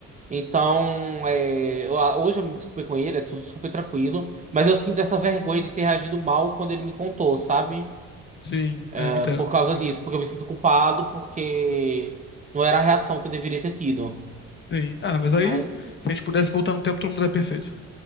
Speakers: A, on the right; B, on the left.
A: Então, é, eu- hoje eu me desculpei com ele, é tudo super tranquilo, mas eu sinto essa vergonha de ter reagido mal quando ele me contou, sabe?
B: sim, é,
A: É,
B: eu entendo,
A: Por causa
B: eu
A: disso,
B: entendo.
A: porque eu me sinto culpado, porque não era a reação que eu deveria ter tido.
B: Sim. Ah, mas aí,
A: Mas,
B: se a gente pudesse voltar no tempo, todo mundo era perfeito.